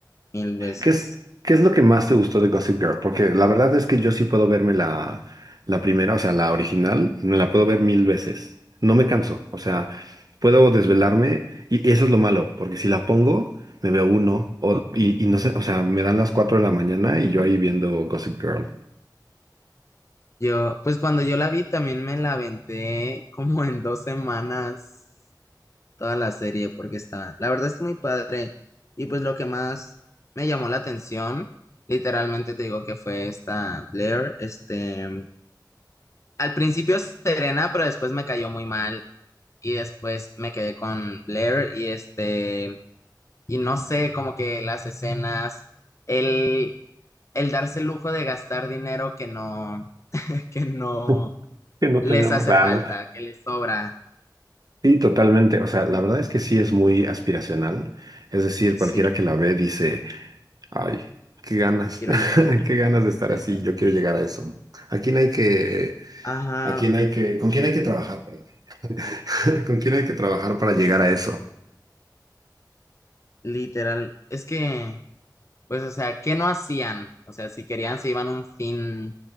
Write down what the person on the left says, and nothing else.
mil veces.
Yo, pues cuando yo la vi también me la aventé como en dos semanas. toda la serie porque está, la verdad es muy padre. Y pues lo que más me llamó la atención, literalmente te digo que fue esta Blair, este, al principio Serena, pero después me cayó muy mal y después me quedé con Blair y este, y no sé, como que las escenas, el, el darse el lujo de gastar dinero que no, <laughs> que no
les
hace
falta,
que les sobra.
Sí,
quiero
llegar a
a
eso.
Ajá,
Literal, es que, pues, o sea, ¿qué no hacían? O sea, si querían, se iban un fin